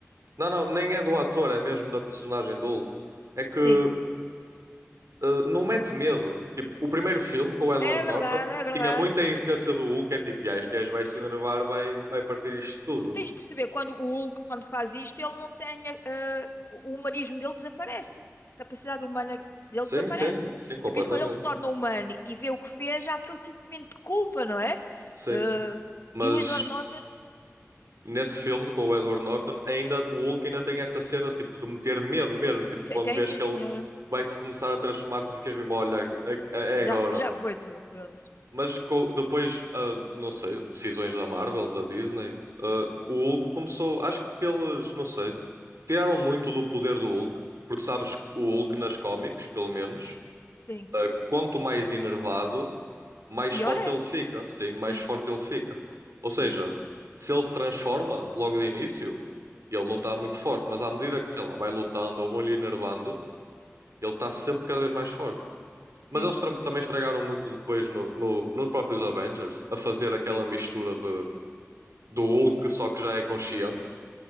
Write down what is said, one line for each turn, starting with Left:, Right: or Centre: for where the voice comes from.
Right: Não, não, nem é do ator, é mesmo da personagem do Hulk. É que
Left: Sim,
Right: eh, não mete medo. Tipo, o primeiro filme com o Edward
Left: é
Right: Norton
Left: verdade, é verdade.
Right: tinha muita essência do Hulk, é tipo, ah, este gajo vai se enervar, vai, vai partir isto tudo.
Left: Porque tens de perceber, quando o Hulk, quando faz isto, ele não tem. eh, o o humanismo dele desaparece. A capacidade humana dele
Right: Sim,
Left: desaparece.
Right: sim, sim, completamente.
Left: É por isso que quando ele se torna humano e vê o que fez, há aquele sentimento de culpa, não é?
Right: Sim.
Left: Eh,
Right: Mas
Left: e o Edward Norton
Right: nesse filme com o Edward Norton, ainda o Hulk ainda tem essa cena tipo de meter medo mesmo, tipo,
Left: se-
Right: quando
Left: tem,
Right: vês
Left: sim,
Right: que
Left: senhora.
Right: ele vai se começar a transformar, tu ficas mesmo, olha, é,
Left: Já,
Right: é agora.
Left: já foi tudo, pronto.
Right: Mas co- depois, ah, não sei, decisões da Marvel, da Disney, ah, o Hulk começou. Acho que eles, não sei, tiraram muito do poder do Hulk. Porque sabes, o Hulk nas cómics, pelo menos,
Left: Sim.
Right: ah, quanto mais enervado, mais
Left: Pior
Right: forte
Left: é.
Right: ele fica. Sim,
Left: Sim,
Right: mais forte ele fica. Ou seja,
Left: sim,
Right: se ele se transforma logo de início, ele não está muito forte. Mas à medida que, sei lá, vai lutando ou vão-lhe enervando, ele está sempre cada vez mais forte. Mas
Left: sim,
Right: eles tra- também estragaram muito depois no, no- nos próprios Avengers, a fazer aquela
Left: sim.
Right: mistura de, do Hulk, só que já é consciente.